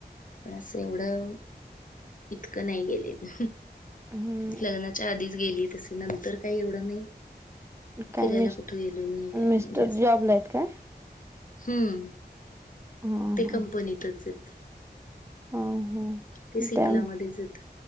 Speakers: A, on the left (about 50°); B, on the right (about 15°).
A: पण असं एवढं इतकं नाही गेलेल
B: हम्म
A: लग्नाच्या आधीच गेली तसे नंतर काही एवढं नाही
B: काय
A: फिरायला
B: मिस
A: कुठे गेलो नाही काय
B: मिस्टर
A: नाही जास्त
B: जॉबला आहेत काय
A: हम्म
B: हा
A: ते
B: हा
A: कंपनीतच आहेत
B: हा हा
A: ते सिपलामध्येच
B: त्या
A: येत